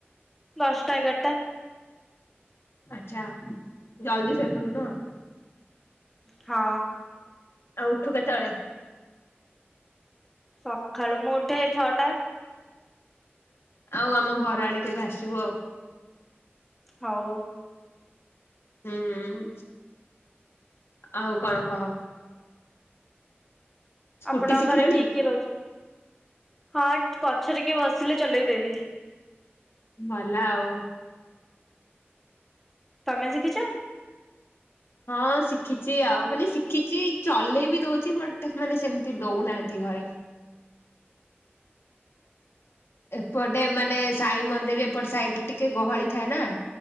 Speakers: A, in the centre; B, on the left (about 75°).
A: ଦଶଟା ଏଗାରଟା।
B: ଆଚ୍ଛା ଜଲଦି ଶୋଇ ପଡୁ ନୁହ।
A: ହଁ।
B: ଆ ଉଠୁ କେ ତଳେ?
A: ସକାଳୁ ମୁଁ ଉଠେ ଛଅଟା।
B: ଆଉ ଆମ ଘର ଆଡେ କେବେ ଆସିବୁ ଆଉ।
A: ହଉ।
B: ହୁଁ ଆଉ କଣ କହ। ସ୍କୁଟି
A: ଆପଣଙ୍କ
B: ଶିଖିଲୁଣି
A: ଘରେ କିଏ କିଏ ରହୁଚ, ହଁ ପଛରେ କିଏ ବସିଲେ ଚଲେଇଦେବି।
B: ଭଲ ଆଉ।
A: ତମେ ସିଖିଚ
B: ହଁ ଶିଖିଛି ଆଉ ମାନେ ଶିଖିଛି ଚଲେଇ ବି ଦଉଛି ବଟ ମାନେ ସେମିତି ଦଉନାହାନ୍ତି ଘରେ। ଏପଟେ ମାନେ ସାଇ ମନ୍ଦିର ଏପଟେ ସାଇଡରେ ଟିକେ ଗହଳି ଥାଏ ନା।